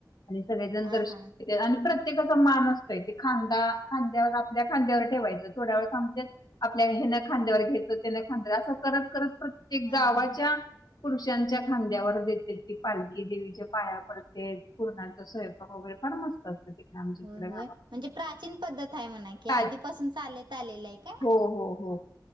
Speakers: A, on the left (about 65°); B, on the right (about 85°).
A: आणि सगळेजण
B: हा
A: दर्शन
B: हा
A: आणि प्रत्येकाचा मान असतो. खांदा खांद्यावर आपल्या खांद्यावर ठेवायचं, थोड्या वेळ थांबत्यात आपल्या हेना खांद्यावर घ्यायचं त्यान खांद्यावर असं करत करत प्रत्येक
B: हा
A: गावाच्या
B: हा
A: पुरुषांच्या खांद्यावर देत. त पालखी देवीचे पाया पडते पूर्णाच स्वयंपाक वगैरे फार मस्त असतं. तिकडे आमच्या
B: होय
A: इकडे
B: होय
A: गावात
B: म्हणजे प्राचीन पद्धत आहे म्हणा कि, आधीपासून
A: काय
B: चालत आलेलं आहे काय??
A: हो हो हो